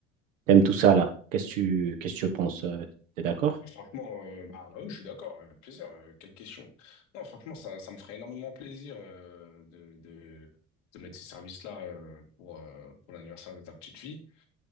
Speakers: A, on the right; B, on the left.
A: tout ça là. Qu'est-ce que tu, qu'est-ce que tu penses? Tu es d'accord?
B: Ah, Franchement, euh, bah, bah oui, je suis d'accord, avec plaisir, euh, quelle question. Non, franchement, ça, ça me ferait énormément plaisir euh, de, de, de mettre ces services-là euh, pour, euh, pour l'anniversaire de ta petite fille.